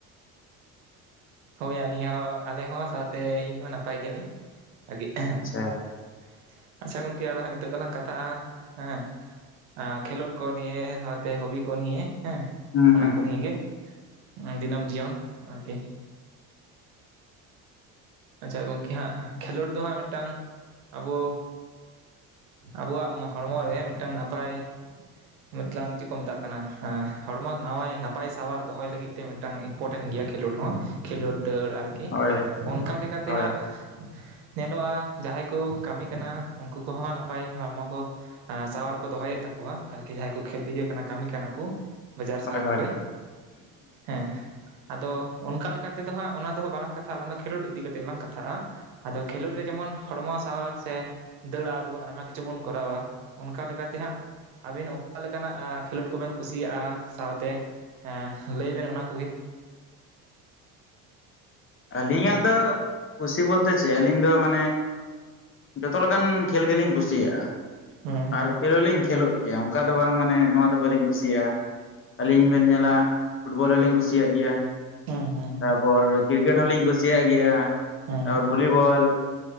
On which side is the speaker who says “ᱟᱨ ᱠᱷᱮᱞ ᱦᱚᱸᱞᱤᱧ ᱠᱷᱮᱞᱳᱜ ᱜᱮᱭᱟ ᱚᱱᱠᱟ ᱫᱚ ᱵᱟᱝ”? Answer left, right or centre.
Left